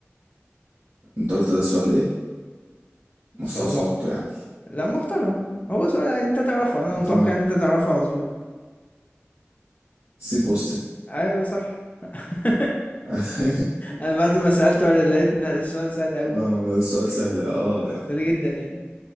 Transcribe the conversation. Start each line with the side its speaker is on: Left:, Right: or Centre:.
Right: انت قلت ده السؤال ايه مستوى
Left: سؤال
Right: صعوبته
Left: محترم
Right: يعني
Left: لا محترم هو سؤال عادي انت تعرفه انا
Right: ما انت
Left: متوقع ان انت تعرفه على طول
Right: سيف اوستن
Left: ايوه صح <laughs>
Right: <laughs>
Left: انا بعد ما سألته على لقيت إن السؤال سهل قوي
Right: اه السؤال سهل اه يعني
Left: سهل جدا يعني